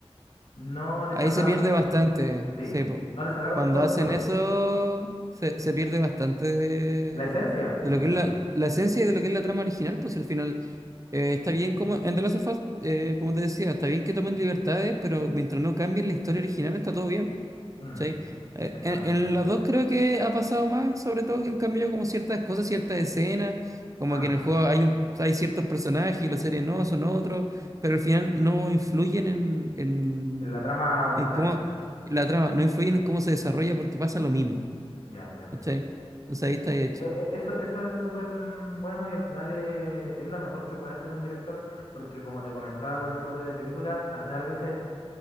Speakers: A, on the left; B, on the right.
A: no le
B: Ahí
A: sacaron
B: se pierde
A: to-
B: bastante,
A: sí,
B: sí, po.
A: no le sacaron
B: Cuando
A: todo el
B: hacen
A: provecho.
B: eso, se, se pierde bastante de,
A: La esencia,
B: de
A: al
B: lo
A: final.
B: que es la, la esencia y de lo que es la trama original, pues si al final eh, está bien como en The Last of Us, eh, como te decía, está bien que tomen libertades, pero mientras no cambien la historia original está todo bien.
A: Mm,
B: ¿sí? Eh,
A: eso
B: en,
A: mismo.
B: en las dos creo que ha pasado más, sobre todo que han cambiado como ciertas cosas, ciertas escenas, como
A: Ah,
B: que
A: ya.
B: en el juego hay un, hay ciertos personajes y la serie no, son otros, pero al final no influyen en, en,
A: La trama original.
B: en cómo en la trama, no influyen en cómo se desarrolla porque pasa lo mismo,
A: Ya entiendo.
B: ¿cachai? O sea, ahí está hecho.
A: E- e- Eso, eso es súper mm, bueno y al final eh, es, lo mejor que puede hacer un director porque como te comentaba con el tipo de película, al final a veces